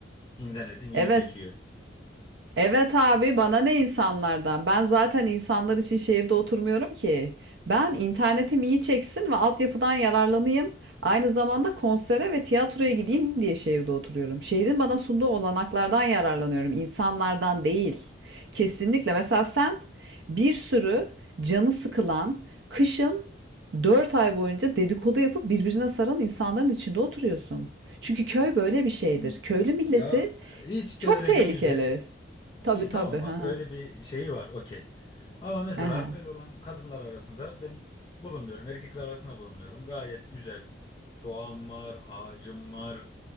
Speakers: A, on the left (about 25°); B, on the right (about 75°).
A: internetim iyi
B: Evet
A: çekiyor.
B: Evet abi bana ne insanlardan? Ben zaten insanlar için şehirde oturmuyorum ki. Ben internetim iyi çeksin ve altyapıdan yararlanayım. Aynı zamanda konsere ve tiyatroya gideyim diye şehirde oturuyorum. Şehrin bana sunduğu olanaklardan yararlanıyorum, insanlardan değil. Kesinlikle. Mesela sen bir sürü canı sıkılan, kışın 4 ay boyunca dedikodu yapıp birbirine saran insanların içinde oturuyorsun. Çünkü köy böyle bir şeydir.
A: Hmm.
B: Köylü milleti
A: Ya hiç
B: çok
A: de öyle
B: tehlikeli.
A: değildir.
B: Tabii,
A: İyi
B: tabii.
A: tamam
B: Hı
A: bak
B: hı.
A: öyle bir şeyi var okey. Ama mesela
B: Hı hı.
A: böyle olan kadınlar arasında ben bulunmuyorum. Erkekler arasında bulunmuyorum. Gayet güzel. Doğam var, ağacım var.